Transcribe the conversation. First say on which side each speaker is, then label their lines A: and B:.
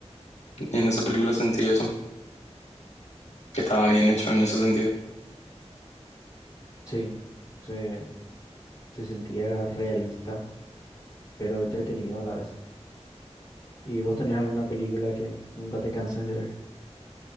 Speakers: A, on the left; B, on the left.
A: Y en esa película sentí eso, que estaba bien hecho en ese sentido.
B: sí, se, se sentía realista, pero entretenido a la vez. ¿Y vos tenés alguna película que nunca te canses de ver?